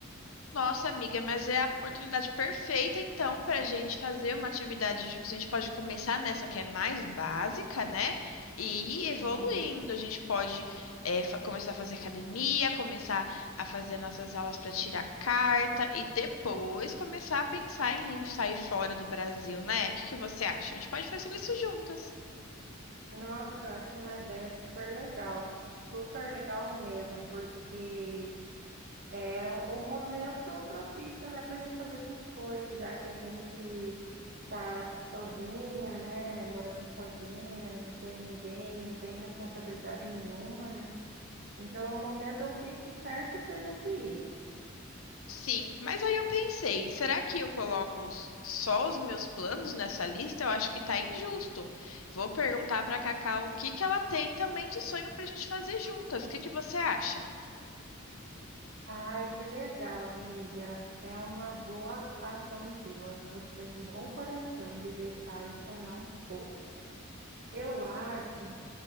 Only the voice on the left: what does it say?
Nossa, amiga, mas é a oportunidade perfeita, então, para a gente fazer uma atividade juntos. A gente pode começar nessa que é mais básica, né? E ir evoluindo.
A gente pode é, fa- começar a fazer academia, começar a fazer nossas aulas para tirar carta e depois começar a pensar em sair fora do Brasil, né? O que que você acha? A gente pode fazer tudo isso juntas.
Sim, mas aí eu pensei, será que eu coloco os- só os meus planos nessa lista? Eu acho que tá injusto. Vou perguntar pra Cacau o que que ela tem também de sonho pra gente fazer juntas. O que que você acha?